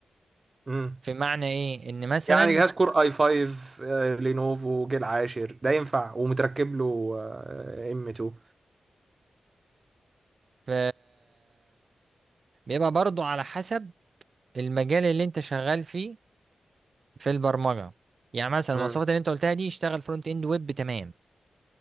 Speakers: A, on the right; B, on the right.
A: مم.
B: في معنى ايه ان مثلا
A: يعني جهاز كور اي 5 آه، لينوفو جيل عاشر ده ينفع ومتركب له آه، ام 2
B: ف- بيبقى برضو على حسب المجال اللي انت شغال فيه في البرمجه يعني مثلا
A: امم
B: المواصفات اللي انت قلتها دي يشتغل فرونت اند ويب تمام